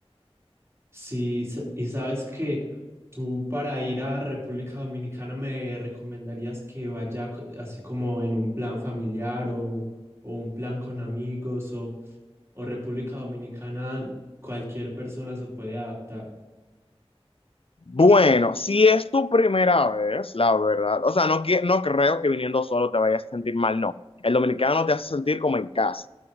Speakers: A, on the right; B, on the left.
A: Sí, sa- y sabes que tú para ir a República Dominicana me recomendarías que vaya co- así como en un plan familiar o, o un plan con amigos o, o República Dominicana, cualquier persona se puede adaptar.
B: Bueno, si es tu primera vez, la verdad, o sea, no, que- no creo que viniendo solo te vayas a sentir mal, no. El dominicano te hace sentir como en casa.